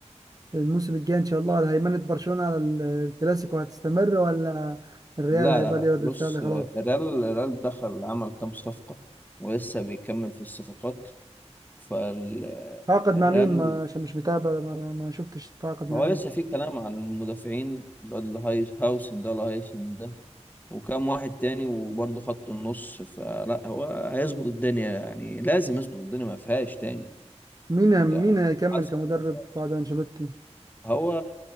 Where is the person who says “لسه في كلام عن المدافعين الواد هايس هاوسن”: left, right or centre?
Left